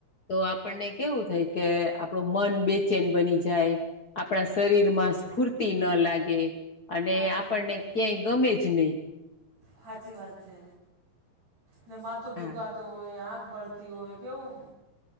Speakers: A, on the left; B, on the right.
A: તો આપણને કેવું થાય કે આપણું મન બે? ચેન બની જાય આપણા શરીર માં સ્ફૂર્તિ ન લાગે. અને
B: સાચી
A: આપણને
B: વાત છે
A: ક્યાંય ગમે જ નહીં.
B: સાચી વાત છે ને માથ દુખાતો
A: હા
B: હોય આગ બળતી હોય. કેવું?